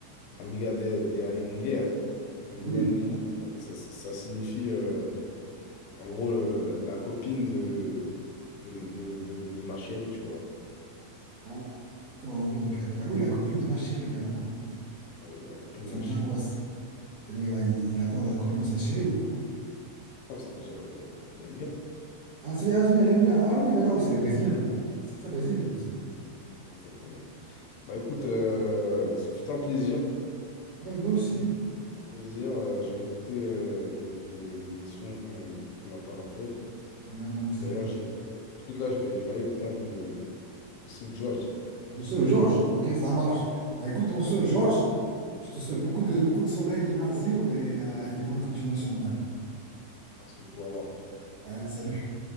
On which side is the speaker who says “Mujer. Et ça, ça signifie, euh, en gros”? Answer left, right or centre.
Left